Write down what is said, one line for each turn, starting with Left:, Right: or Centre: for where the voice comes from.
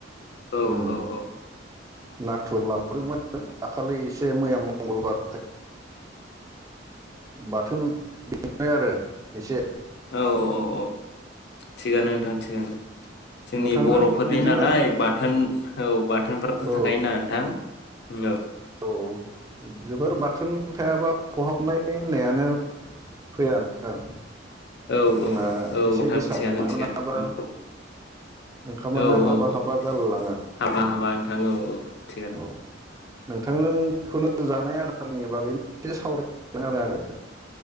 Left: औ
Right: उम
Left: औ औ।
Right: नाथुर लाबोदोंमोन दाखालि ए से मैया मंगलबार बाथोन निफ्राय आरो एसे
Left: औ औ औ। थिगानो नोंथां थिगानो जोंनि
Right: नोंथांजों
Left: बर'फोरनि
Right: बिदिनो
Left: नालाय बाथोन औ। बाथोनफोराथ'
Right: औ
Left: थाखायोना नोंथां। उम नो
Right: औ जोबोर बाथोन थायाबा खहाबनाय होननायानो फैया नोंथां।
Left: औ औ
Right: जोंना
Left: औ
Right: एसे
Left: नोंथां
Right: गोसा
Left: थिगानो
Right: जानो मोनाबा
Left: थिगानो औ।
Right: ओंखामानो
Left: औ
Right: हाबा
Left: औ औ
Right: हाबा जालायलाङो
Left: हाबा हाबा नोंथां औ औ थिगानो।
Right: औ नोंथांजों जिखुनु जानाय आदारनि बागै एसे सावरायनोमोन आरो आङो।